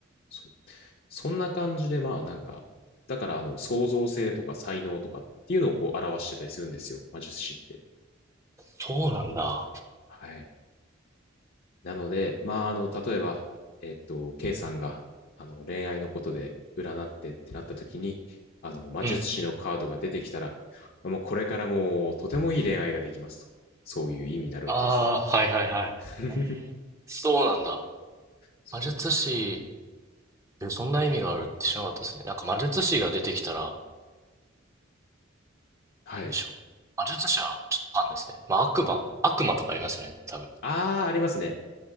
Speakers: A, on the left (about 50°); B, on the right (about 15°).
A: そう。そんな感じで、まあなんか、だからあの、創造性とか才能とかっていうのをこう表してたりするんですよ。魔術師って。
B: そうなんだ。
A: はい。なので、まああの、例えば、えっと、K さんが、あの、恋愛のことで占ってってなった時に、あの、魔術師のカードが出てきたら、
B: うん。
A: もうこれからもうとてもいい恋愛ができますと。そういう意味になるわけですね。
B: ああ、はいはいはい。
A: <laughs>
B: えそうなんだ。
A: そう。
B: 魔術師、え、そんな意味があるって知らなかったですね。なんか魔術師が出てきたら
A: はい。
B: なんでしょう。魔術師はちょっとわかんないですね。まあ、悪魔、悪魔とかありますよね、多分。
A: ああ、ありますね。